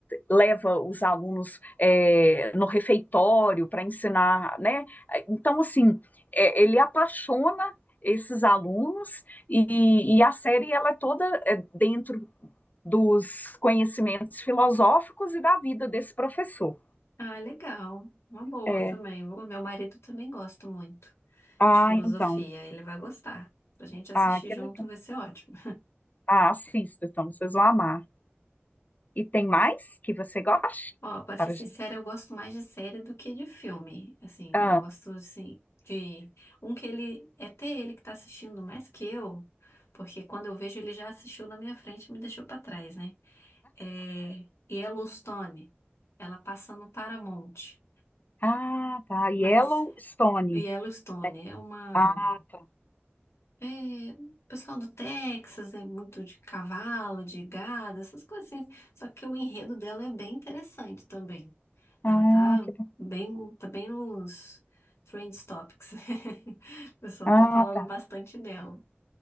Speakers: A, on the left (about 40°); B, on the left (about 85°).
A: leva os alunos é, no refeitório para ensinar, né? Então, assim, é, ele apaixona esses alunos e, e a série ela é toda é, dentro dos conhecimentos filosóficos e da vida desse professor.
B: Ah, legal. Uma boa
A: É.
B: também. O meu marido também gosta muito.
A: Ah,
B: de filosofia.
A: então.
B: Ele vai gostar. Pra gente assistir
A: Ah, que
B: junto
A: legal.
B: vai ser ótimo.
A: Ah, assista, então, vocês vão amar. E tem mais que você goste?
B: Ó, pra ser
A: Para...
B: sincera,
A: a gente-
B: eu gosto mais de série do que de filme. Assim,
A: Ah,
B: eu gosto, assim, de... Um que ele... É até ele que tá assistindo mais que eu. Porque quando eu vejo, ele já assistiu na minha frente e me deixou pra trás, né? É... Yellowstone. Ela passa no Paramount.
A: ah, tá. Yellowstone.
B: Mas Yellowstone
A: né?
B: é uma...
A: Ah, tá.
B: É, o pessoal do Texas é muito de cavalo, de gado, essas coisas assim. Só que o enredo dela é bem interessante também. Ela
A: Ah,
B: tá
A: que, ba-
B: bem, tá bem nos trend topics. <laughs> O pessoal
A: ah,
B: tá falando
A: tá.
B: bastante dela.